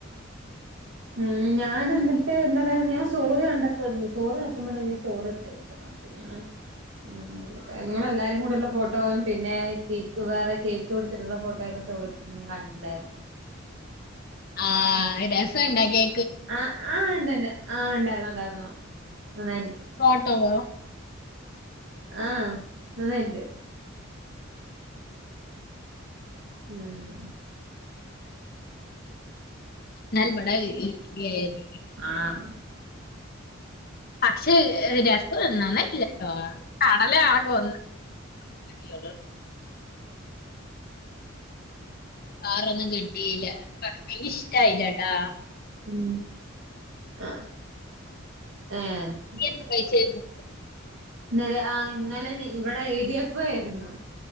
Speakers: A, on the right; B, on the left.
A: ആഹ് ഞാൻ എന്നിട്ട് ന്നാ ഞാൻ സ്റ്റോറി കണ്ടപ്പന്നെ സ്റ്റോറി നോക്കുമ്പോ നീ സ്റ്റോറി ഇട്ടേക്ക്ണ് അപ്പ ഞാൻ <unintelligible> ഇങ്ങളെല്ലാരും കൂടെള്ള ഫോട്ടോ പിന്നെ കേക്ക് വേറെ കേക്ക് വെച്ചിട്ട്ള്ള ഫോട്ടോക്കെ സ്റ്റോറിയിട്ട്ട്ട് ഞാൻ കണ്ടിട്ട്ണ്ടായിരുന്നു
B: ആഹ് അത് രസണ്ടോ കേ
A: ആഹ് ആഹ് ഇണ്ട്ണ്ട് ആഹ് ഇണ്ടായിരുന്നുണ്ടായിരുന്നു നന്നായിരുന്നു
B: ഫോട്ടോവൊ
A: ആഹ് നന്നായിട്ട്ണ്ട് ഏഹ്
B: എന്നാൽ ഇവിടെ ഇഡ്ഡലിയായിരുന്നു
A: ആഹ്
B: പക്ഷേ രസാര്ന്നു നന്നായിട്ടില്ലട്ടോ കടല ആകെ ഒന്ന് <unintelligible> <unintelligible> കിട്ടീല എനിക്ക് ഇഷ്ട്ടായില്ലട്ടോ
A: ഉം ആഹ ഏ
B: നീ
A: ഹ്
B: എന്ത് കഴിച്ചായിരുന്നു
A: ഇന്നലെ ആ ഇന്നലെ ഇവിടെ ഇഡിയപ്പായിരുന്നു